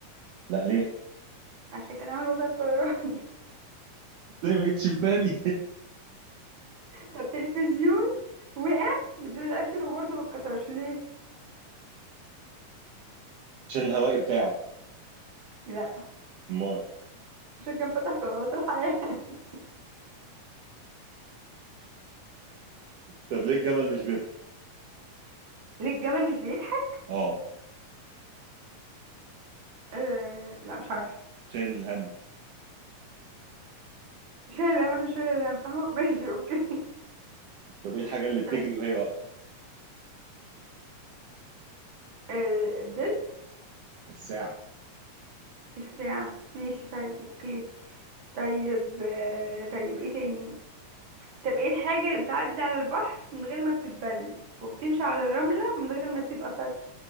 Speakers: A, on the right; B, on the right.
A: لا ليه؟
B: عشان كان عامل وضع الطيران <laughs>
A: زي ما جتش في بالي
B: طب تلفزيون وقع من الدور العاشر وبرضه ما اتكسرش ليه
A: <laughs> عشان الهوائي بتاعه
B: لا
A: امال
B: عشان كان فتح قنوات الحياة <laughs>
A: طب ليه الجمل مش بيطلع؟
B: ليه الجمل مش بيضحك
A: اه
B: آه... لا مش عارفه
A: شايل الهم
B: شايل الهم عشان شايل الهم اهو ماشي اوكي <laughs>
A: طب ايه الحاجه اللي بتجري
B: طيب
A: وهي واقفه؟
B: آه... الظل
A: الساعه
B: الساعة ماشي طيب اوكي طيب آه... طيب ايه تاني طب ايه الحاجة اللي بتعدي على البحر من غير ما بتتبل وبتمشي على الرملة من غير ما تسيب أثر